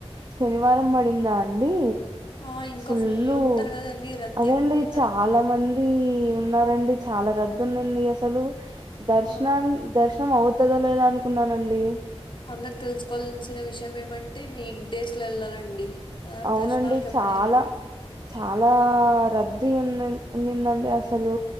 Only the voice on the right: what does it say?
శనివారం పడిందా అండి
ఫుల్ల్
అదేండి
చాలా మంది ది ఉన్నారండి చాలా రద్ది ఉడింది అసలు అసలు దర్శనా
దర్శనం అవుతందో లేదా అనుకున్నానండి
అవునండి
చాలా చాలా రద్ధి ఉన్నిందండి అసలు